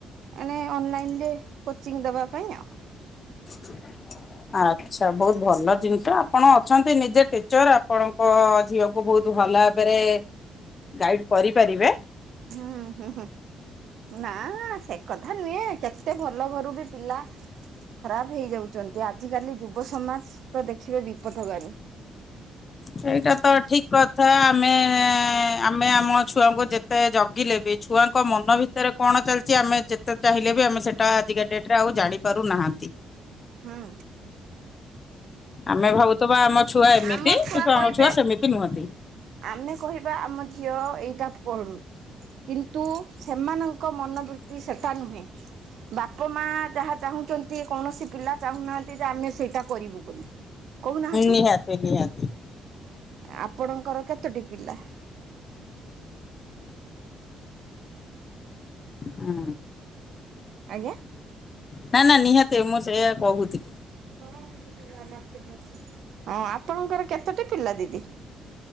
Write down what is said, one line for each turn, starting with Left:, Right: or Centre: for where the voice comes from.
Right: ମାନେ ଅନଲାଇନ୍ ରେ କୋଚିଂ ଦେବା ପାଇଁ ଆଉ।
Left: <unintelligible>
Right: <inaudible>
Left: ଆଚ୍ଛା ବହୁତ ଭଲ ଜିନିଷ ଆପଣ ଅଛନ୍ତି ନିଜେ ଟିଚର ଆପଣଙ୍କ ଝିଅକୁ ତାକୁ ବହୁତ ଭଲ ଭାବରେ ଗାଇଡ୍ କରିପାରିବେ।
Right: ହୁଁ ହୁଁ ହୁଁ ନାଁ ନାଁ ସେ କଥା ନୁହେଁ କେତେ ଭଲ ଘରୁ ବି ପିଲା ଖରାପ୍ ହେଇଯାଉଛନ୍ତି ଆ ଆଜିକାଲି ଯୁବ ସମାଜ ତ ଦେଖିବେ ବିପଦକାରୀ
Left: ସେଇଟା ତ ଠିକ୍ କଥା ଆମେ ଆମେ ଆମ ଛୁଆଙ୍କୁ ଯେତେ ଜଗିଲେ ବି ଛୁଆଙ୍କ ମନ ଭିତରେ କଣ ଚାଲିଛି ଆମେ ଯେତେ ଚାହିଁଲେ ବି ଆମେ ସେଟା ଆଜିକା ଡେଟ୍ ରେ ଆଉ ଜାଣିପାରୁ ନାହାଁନ୍ତି।
Right: ହଁ।
Left: ଆମେ ଭାବୁଥିବା ଆମ ଛୁଆ ଏମିତି
Right: ଆମ
Left: କିନ୍ତୁ
Right: କହିବେ
Left: ଆମ ଛୁଆ ସେମିତି ନୁହଁନ୍ତି।
Right: ଆମେ କହିବା ଆମ ଝିଅ ଏଇଟା ପଢୁ କିନ୍ତୁ ସେମାନଙ୍କ ସେମାନଙ୍କ ମନବୃତ୍ତି ସେଟା ନୁହେଁ ବାପ ମା ଯାହା ଚାହୁଁଛନ୍ତି। କୌଣସି ପିଲା ଚାହୁଁନାହାନ୍ତି ଯେ ଆମେ ସେଇଟା କରିବୁ ବୋଲି କହୁନାହାନ୍ତି
Left: ନିହାତି ନିହାତି
Right: ଆପଣଙ୍କର କେତୋଟି ପିଲା?
Left: ହୁଁ।
Right: ଆଜ୍ଞା
Left: ନା ନା ନିହାତି ମୁଁ ସେଇ କହୁଥିଲି।
Right: <unintelligible> ଆପଣଙ୍କର କେତୋଟି ପିଲା ଦିଦି?